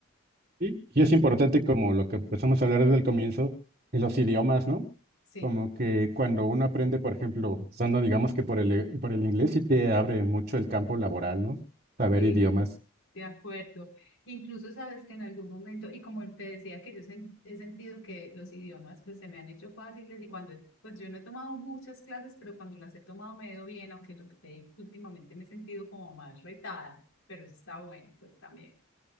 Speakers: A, on the right; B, on the left.
A: Y, y es importante como lo que empezamos a hablar desde el comienzo, de los idiomas, ¿no?
B: Sí,
A: Como que cuando uno aprende, por ejemplo, usando, digamos que por el, e- por el inglés, sí te abre mucho el campo laboral, ¿no? Saber
B: sí.
A: idiomas.
B: De acuerdo. Incluso sabes que en algún momento, y como te decía que yo sen- he sentido que los idiomas pues se me han hecho fáciles y cuando, pues yo no he tomado muchas clases, pero cuando las he tomado me he ido bien, aunque lo que te digo, que últimamente me he sentido como más retada, pero eso está bueno pues también.